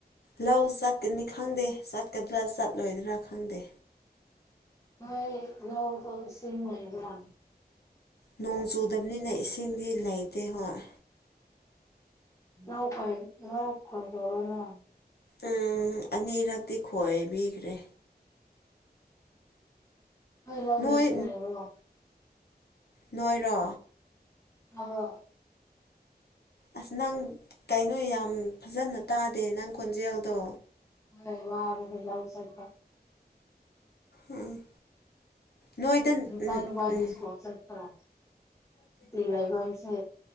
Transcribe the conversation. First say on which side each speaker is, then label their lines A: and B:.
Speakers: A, on the left; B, on the left.
A: ꯂꯧ ꯆꯠꯀꯅꯤ ꯈꯪꯗꯦ ꯆꯠꯀꯗ꯭ꯔꯥ ꯆꯠꯂꯣꯏꯗ꯭ꯔꯥ ꯈꯪꯗꯦ
B: ꯅꯣꯏ ꯅꯧ ꯁꯤꯁꯤꯡꯗ
A: ꯅꯣꯡ ꯆꯨꯗꯕꯅꯤꯅ ꯏꯁꯤꯡꯗꯤ ꯂꯩꯇꯦ ꯍꯣꯏ
B: ꯂꯎ ꯐꯥꯏ ꯂ ꯈꯣꯅ
A: ꯎꯝ ꯑꯅꯤꯔꯛꯇꯤ ꯈꯣꯏꯕꯤꯈ꯭ꯔꯦ
B: ꯂ
A: ꯅꯣꯏ
B: ꯁ ꯂꯩꯦ
A: ꯅꯣꯏꯔꯣ
B: ꯑꯕꯣ
A: ꯑꯁ ꯅꯪ ꯀꯩꯅꯣ ꯌꯥꯝ ꯐꯖꯅ ꯇꯥꯗꯦ ꯅꯪ ꯈꯣꯟꯖꯦꯜꯗꯣ
B: ꯍ ꯋꯥꯕꯔ ꯂꯎ ꯄꯔ
A: ꯎꯝ ꯅꯣꯏꯗ
B: ꯊꯕ
A: ꯎꯝ ꯎꯝ
B: ꯏꯁꯀꯣ ꯆꯄꯔ ꯇꯤꯂꯥꯏꯒꯁꯦ